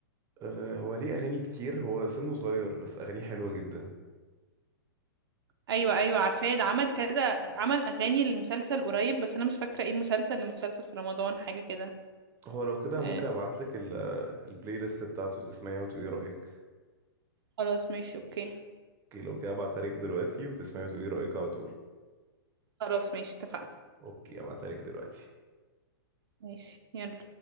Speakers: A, on the right; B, on the right.
A: أه هو ليه اغاني كتير هو سنه صغير بس اغانيه حلوة جدا
B: أيوة أيوة عارفاه ده عمل كذا عمل أغاني للمسلسل قريب بس أنا مش فاكرة ايه المسلسل المسلسل في رمضان حاجة كده
A: هو لو كده
B: آه
A: ممكن ابعتلك ال- البلاي ليست بتاعته تسمعيها وتقولي رأيك
B: خلاص ماشي أوكي
A: اوكي لو كده ابعتها لك دلوقتي وتسمعيها وتقولي رأيك على طول
B: خلاص ماشي اتفقنا
A: اوكي ابعتها لك دلوقتي
B: ماشي يلا